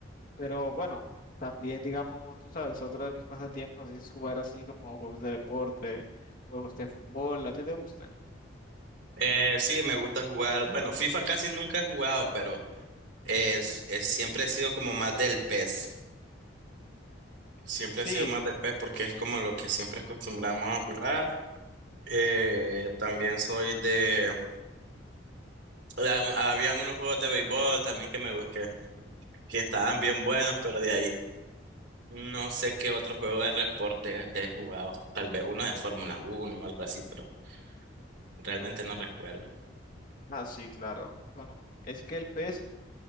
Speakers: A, on the left; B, on the right.
A: Pero bueno, también, digamos, tú sabes, otro de mis pasatiempos es jugar así como juegos de deporte, juegos de fútbol. ¿A ti te gustan?
B: Eh, sí, me gusta jugar. Bueno, FIFA casi nunca he jugado, pero es, es- siempre he sido como más del PES. Siempre
A: Sí,
B: he sido más del PES porque es como lo que siempre acostumbramos a jugar. Eh, también soy de... la- Habían unos juegos de béisbol también que me gustan. que estaban bien buenos, pero de ahí no sé qué otro juego de reporte he jugado. Tal vez uno de Fórmula uno o algo así, pero realmente no recuerdo.
A: ah, sí, claro. Bueno, es que el pez,